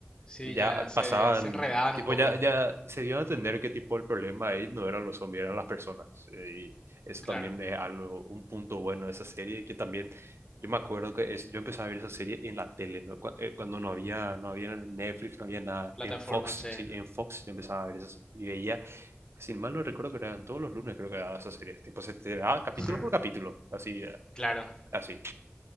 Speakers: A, on the left; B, on the right.
A: Sí,
B: y ya
A: ya se,
B: pasaban,
A: se enredaban
B: tipo,
A: un poco.
B: ya, ya se dio a entender que tipo el problema ahí no eran los zombies, eran las personas. Eh, y eso
A: Claro,
B: también es algo, un punto bueno de esa serie, que también yo me acuerdo que es, yo empecé a ver esa serie en la tele, ¿no? Cu- eh, Cuando no había, no había Netflix, no había nada,
A: plataforma
B: en Fox,
A: se...
B: sí, en Fox yo empezaba a ver esa serie y veía, sin mal no recuerdo que eran todos los lunes creo que era esa serie, tipo se te daba capítulo
A: <laughs>
B: por capítulo, así, eh,
A: Claro,
B: así.